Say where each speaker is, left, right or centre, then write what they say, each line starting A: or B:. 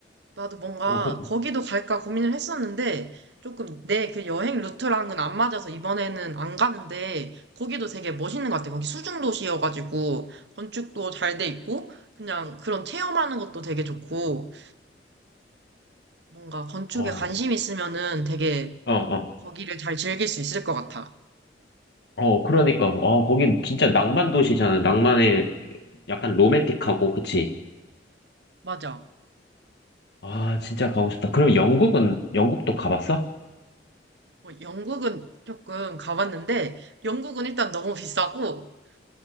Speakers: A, on the right (about 70°); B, on the left (about 65°).
A: 나도 뭔가
B: 어, 그,
A: 거기도 갈까 고민을 했었는데 조금 내 그 여행 루트랑은 안 맞아서 이번에는 안 가는데 거기도 되게 멋있는 것 같아. 거기 수중 도시여가지고 건축도 잘 돼 있고 그냥 그런 체험하는 것도 되게 좋고 뭔가 건축에
B: 어,
A: 관심 있으면은 되게
B: 어, 어.
A: 거기를 잘 즐길 수 있을 것 같아.
B: 어, 그러니까. 어, 거긴 진짜 낭만 도시잖아. 낭만의 약간 로맨틱하고, 그치?
A: 맞아.
B: 아, 진짜 가고 싶다. 그럼 영국은, 영국도 가봤어?
A: 뭐 영국은 조금 가봤는데 영국은 일단 너무 비싸고